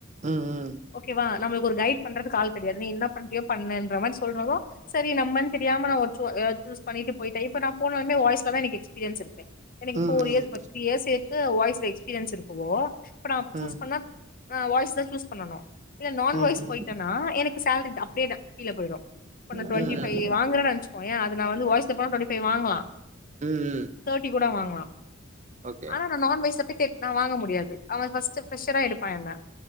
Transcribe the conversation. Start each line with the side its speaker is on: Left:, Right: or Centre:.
Right: ம் ம்
Left: ஓகேவா நம்மளுக்கு ஒரு கையிட் பண்றது ஆல் கெடையாது நீ என்ன பண்றியோ பண்ணுன்ற மாரி சொல்லறதோ சரி நம்மன் தெரியாம நா ஒரு சூ சூஸ் பண்ணிட்டு போயிட்டேன் இப்ப நா போணோன ஏ வாய்ஸ்ல தா எனக்கு எஸ்பீரியன்ஸ் இருக்கு எனக்கு
Right: ம்
Left: போர்
Right: ம்
Left: இயர் திரீ இயர் எக்ஸ் ம் வாய்ஸ் <unintelligible> <unintelligible> இருக்குவோ அப்பனா சூஸ்
Right: ம்
Left: பண்ணா நா வாய்ஸு சூஸ் பண்ணணு இல்ல நான்
Right: ம் ம்
Left: வாய்ஸ் போய்டனா எனக் சேலரி தா அப்டே தா கீழ போய்டும் இப்ப நா டூவெண்டி
Right: ம்
Left: ஃபைவ்
Right: ம்
Left: வாங்றன் நெனச்சுகோயே அத் இப்ப நா வந்து வாய்ஸ் <unintelligible> டூவெண்டி ஃபைவ் வாங்லா
Right: ம்
Left: தேர்ட்டி கூட வாங் <unintelligible>
Right: ஓகே
Left: ஆனா நா நான் வெஜ் சத்தி கேட் நா வாங்க முடியாது அவன் ஃபர்ஸ்ட் ப்ரெஷரா எடுப்பா என்ன